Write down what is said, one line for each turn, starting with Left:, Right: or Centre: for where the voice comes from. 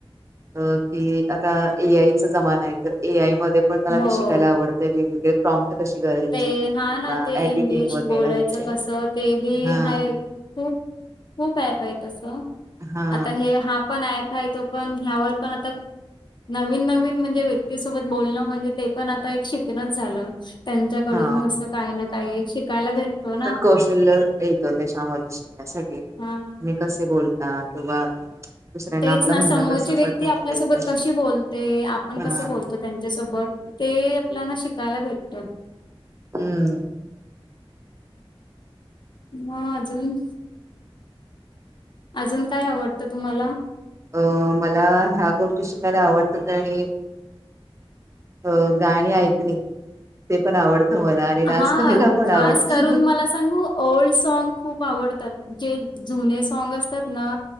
Right: अ की आता ए आयचा जमाना आहे, तर ए आय मध्येपण, मला
Left: हो
Right: ते शिकायला आवडतं. <unintelligible> कशी <unintelligible>
Left: ते
Right: किंवा
Left: हा ना ते
Right: एडिटिंग
Left: इंग्लिश
Right: वगैरे
Left: बोलायचं
Right: ह्याचे
Left: कसं, ते बी
Right: हा
Left: हाय खूप, खूप ऍप आहे तस
Right: हा
Left: आता हे हाफ पण ऍप आहे तो पण ह्यावर पण आता. नवीन, नवीन म्हणजे व्यक्तीसोबत बोलणं, म्हणजे ते पण आता एक शिकणच झालं. त्यांच्याकडून
Right: हा
Left: असं काही ना काही शिकायला भेटतो ना
Right: सोशल त्याच्याामध्ये शिकण्यासाठी तुम्ही
Left: हा
Right: कसे बोलता किंवा दुसऱ्यांना
Left: तेच
Right: आपलं
Left: ना
Right: म्हणणं
Left: समोरची
Right: कसं
Left: व्यक्ती
Right: पटवून
Left: आपल्यासोबत
Right: देत
Left: कशी बोलते आपण
Right: हा
Left: कसं बोलतो त्यांच्यासोबत ते आपल्याला शिकायला भेटत
Right: हम्म
Left: म आजून अजून काय आवडतं तुम्हाला
Right: अ मला ह्या गोष्टी शिकायला आवडतात आणि अ गाणी ऐकणी ते पण आवडतं मला आणि डान्स
Left: हा
Right: करायला पण
Left: खास
Right: आवडतं
Left: करून मला सांगू ओल्ड सँग खूप आवडतात जे जुने सँंग असतात ना